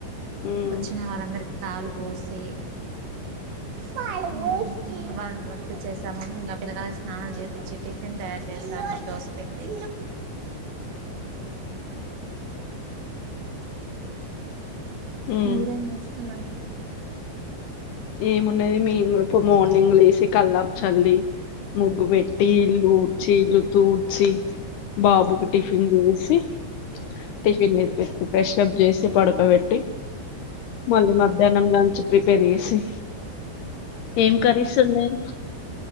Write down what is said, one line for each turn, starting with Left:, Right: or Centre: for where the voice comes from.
Left: ఉమ్
Right: వచ్చిన వారందరికి పాలు పోసి పాలు వొషి పంపించేశాము ఇంకా పిల్లగా స్నానాలు చేపించి టిఫిన్ తయారు చేస్తాను దోశపిండి
Left: ఉమ్
Right: మీరేం చేస్తున్నారండి
Left: ఏమున్నది మేం గూడా పో మార్నింగ్ లేసి కల్లాపు చల్లి ముగ్గు పెట్టి ఇల్లు ఉడిచి తూడ్చి బాబుకి టిఫిన్ చేసి టిఫిన్ పెట్టేస్తా ఫ్రెష్ అప్ చేసి పడకోబెట్టి మళ్ళీ మధ్యాహ్నం లంచ్ ప్రిపేర్ చేసి ఏం కర్రీస్ ఉన్నాయి